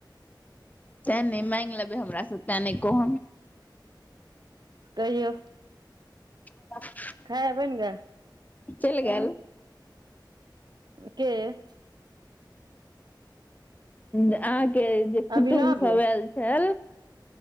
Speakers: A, on the left (about 20°); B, on the right (about 60°).
A: तैं ने, मैँग लेबै हमरा से तेँ नै कहब।
B: कहियौ।
A: <unintelligible>
B: खेनाय बैन गेल।
A: चैल गेल।
B: के?
A: अहाँ के जे कुटुम
B: अभिनव
A: सब
B: यै
A: एल छल।